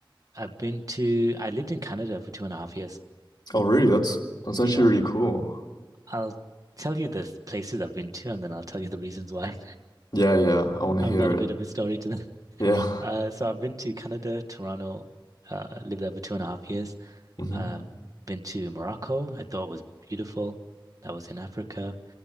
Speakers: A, on the right; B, on the left.
A: I've been to I lived in Canada for two and a half years.
B: Oh, really? That's that's actually
A: Yeah.
B: really cool.
A: I'll tell you the places I've been to and then I'll tell you the reasons why.
B: Yeah, yeah. I want
A: <laughs>
B: to
A: I've
B: hear
A: got a
B: it.
A: bit of a story to them.
B: Yeah.
A: Uh so I've been to Canada, Toronto, uh lived there for two and a half years.
B: <laughs> hmm
A: Um, been to Morocco. I thought was beautiful. That was in Africa.